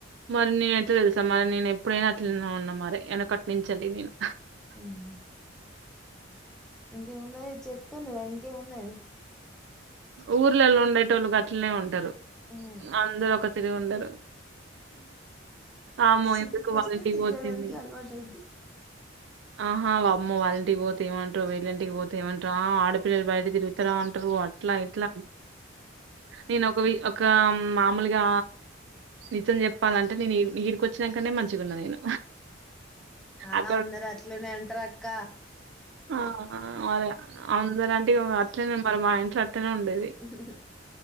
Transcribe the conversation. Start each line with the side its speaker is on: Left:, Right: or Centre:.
Right: మరి నేన ఎట్ల తెలుసా మరి నేను ఎప్పుడైనా అట్ల ఉన్నా మరి ఎన కట్నించాల్లి నేను
Centre: ఉమ్. <unintelligible>
Right: ఊర్లలో ఉండేటోళ్ళు గట్లనే ఉంటారు
Centre: ఉమ్.
Right: అందరు ఒక తిరిగి ఉండరు ఆమో
Centre: సిటీకి
Right: ఎందుకు
Centre: వస్తే
Right: వాళ్ళింటికి
Centre: తిరగడానికి
Right: పోతుంది
Centre: అలవాటు అయిద్ది
Right: ఆహా అమ్మ వాళ్ళంటికి పోతే ఏమంటారు విళ్లింటికి ఇంటికి పోతేమంటారు ఆడపిల్లలు బయట తిగుతాంటారు అట్లా ఇట్లా నేను ఒక వి ఇమామూలుగా నిజం చెప్పాలంటే నేను ఇడికి వచ్చినంకనే మంచిగ ఉన్నా నేను
Centre: ఆ
Right: అక్కడ
Centre: అందర అట్లనే అంటరు అక్క
Right: ఆ మరి అందరు అంటే <unintelligible> అట్టనే మరి మా ఇంట్లో అట్టనే ఉండేది
Centre: అ